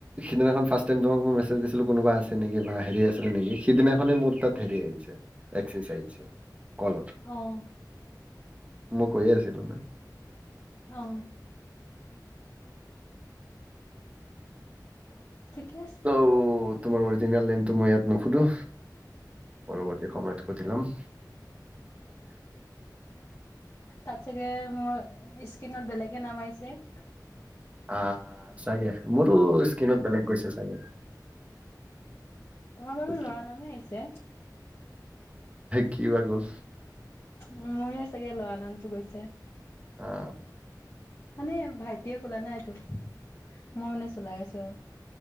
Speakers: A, on the right; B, on the left.
A: সিদিনাখন ফাৰ্ষ্ট টাইম তোমাক মই মেছেজ দিছিলো কোনবা আছে নেকি বা হেৰি আছিলে নেকি, সিদিনাখনে মোৰ তাত হেৰি আহিছে। একচেজ আহিছে। কলৰ।
B: অ'।
A: মই কৈয়ে আছিলো ন'?
B: অ'। ঠিকে আছে।
A: অ', তোমাৰ অৰিজিনেল নেমটো মই ইয়াত নোসুধো। পৰৱৰ্তী সময়ত সুধি ল'ম।
B: তাত চাগে মোৰ স্ক্ৰিনত বেলেগহে নাম আহিছে?
A: আহ, চাগে মোৰটো স্ক্ৰিনত বেলেগ গৈছে চাগে?
B: তোমাৰ বাৰু
A: ত' কি
B: ল'ৰা নামেই আহিছে।
A: কি বা গ'ল?
B: মোৰহে চাগে ল'ৰা নামটো গৈছে।
A: অ'।
B: মানে ভাইটিয়ে খোলা না এইটো মই মানে চলাই আছো আৰু।